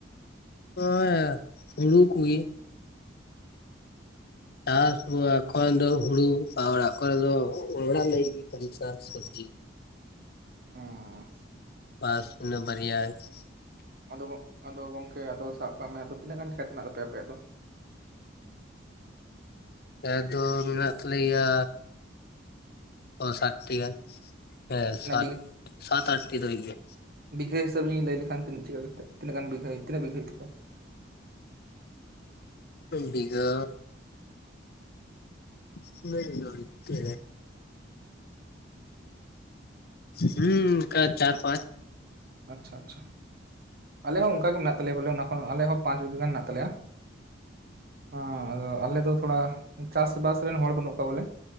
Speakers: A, on the left; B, on the right.
A: ᱚᱭ ᱟ ᱦᱩᱲᱩ ᱠᱩᱜᱮ ᱟᱨ ᱮᱠᱷᱚᱱ ᱫᱚ ᱦᱩᱲᱩ ᱵᱟ ᱚᱲᱟᱜ ᱠᱚᱨᱮ ᱫᱚ ᱚᱲᱟᱜ ᱞᱟᱹᱜᱤᱫ ᱪᱟᱥ ᱥᱚᱵᱡᱤ
B: ᱚᱻ
A: ᱵᱟᱥ ᱤᱱᱟᱹ ᱵᱟᱨᱭᱟ ᱜᱮ
B: ᱟᱫᱚ ᱟᱫᱚ ᱜᱚᱝᱠᱮ ᱟᱫᱚ ᱥᱟᱵ ᱠᱟᱜ ᱢᱮ ᱟᱫᱚ ᱛᱤᱱᱟᱹᱜ ᱜᱟᱱ ᱠᱷᱮᱛ ᱢᱮᱱᱟᱜ ᱛᱟᱯᱮᱭᱟ ᱟᱯᱮᱭᱟᱜ ᱫᱚ
A: ᱠᱷᱮᱛ ᱫᱚ ᱢᱮᱱᱟᱜ ᱛᱟᱞᱮᱭᱟ ᱚ ᱥᱟᱛᱴᱤ ᱜᱟᱱ ᱦᱮᱸ
B: ᱚᱱᱟ
A: ᱥᱟᱛ ᱥᱟᱛ ᱟᱴᱴᱤ ᱫᱚ ᱦᱩᱭᱩᱜ ᱜᱮᱭᱟ
B: ᱵᱷᱤᱜᱷᱟᱹ ᱦᱤᱥᱟᱵ ᱞᱤᱧ ᱞᱟᱹᱭ ᱞᱮᱠᱷᱟᱱ ᱛᱤᱹ ᱪᱤᱠᱟ ᱠᱟᱛᱮ ᱛᱤᱱᱟᱜ ᱜᱟᱱ ᱵᱤᱜᱷᱟ ᱦᱩᱭᱩᱜ ᱛᱱᱟᱹᱜ ᱵᱤᱜᱷᱟ ᱦᱩᱭᱩᱜ ᱛᱟᱯᱮᱭᱟ
A: ᱵᱤᱜᱷᱟᱹᱻ ᱛᱤᱱᱟᱹᱜ ᱵᱤᱜᱷᱟᱹ ᱦᱚᱭᱚᱜ ᱛᱮ ᱦᱩᱸ ᱠᱟ ᱪᱟᱨ ᱯᱟᱸᱪ᱾
B: ᱟᱪᱪᱷᱟ ᱟᱪᱪᱷᱟ ᱟᱞᱮ ᱦᱚᱸ ᱚᱱᱠᱟ ᱜᱮ ᱢᱮᱱᱟᱜ ᱛᱟᱞᱮᱭᱟ ᱵᱚᱞᱮ ᱚᱱᱟ ᱠᱷᱚᱱ ᱟᱞᱮᱦᱚᱸ ᱯᱟᱸᱪ ᱵᱤᱜᱷᱟᱹ ᱜᱟᱱ ᱢᱮᱱᱟᱜ ᱛᱟᱞᱮᱭᱟ ᱚᱸ ᱟᱫᱚ ᱟᱞᱮ ᱫᱚ ᱛᱷᱚᱲᱟ ᱪᱟᱥᱵᱟᱥ ᱨᱮᱱ ᱦᱚᱲ ᱵᱟᱹᱱᱩᱜ ᱠᱚᱣᱟ ᱵᱚᱞᱮ